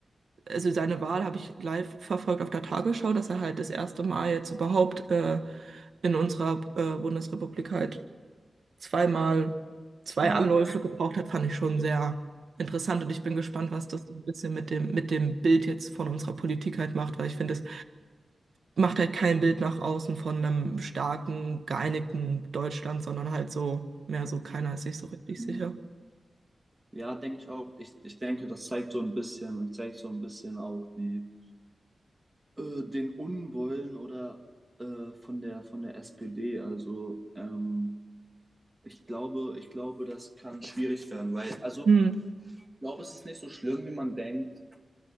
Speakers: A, on the right; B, on the right.
A: also seine Wahl habe ich live verfolgt auf der Tagesschau, dass er halt das erste Mal jetzt überhaupt äh, in unserer äh, Bundesrepublik halt zweimal zwei
B: Ja.
A: Anläufe gebraucht hat, fand ich schon sehr interessant. Und ich bin gespannt, was das so ein bisschen mit dem, mit dem Bild jetzt von unserer Politik halt macht, weil ich finde, es macht halt kein Bild nach außen von einem starken, geeinigten Deutschland, sondern halt so, mehr so, keiner ist sich so richtig
B: Hm.
A: sicher.
B: Ja, denke ich auch. Ich, ich denke, das zeigt so ein bisschen und zeigt so ein bisschen auch die, äh, den Unwollen oder äh, von der von der SPD. Also ähm, ich glaube, ich glaube, das kann schwierig werden, weil, also
A: Hm.
B: ich glaube, es ist nicht so schlimm, wie man denkt,